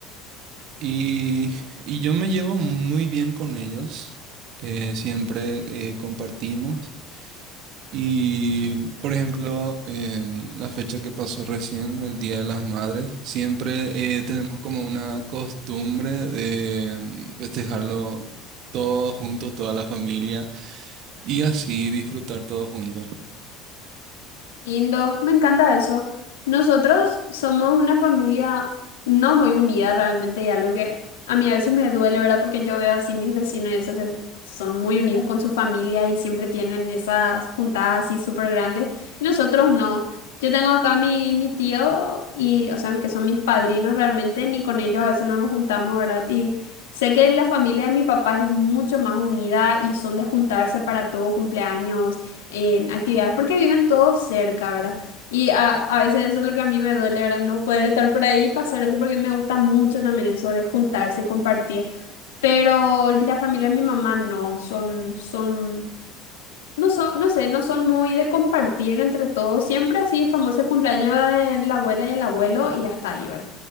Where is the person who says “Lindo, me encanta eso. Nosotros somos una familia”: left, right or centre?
Left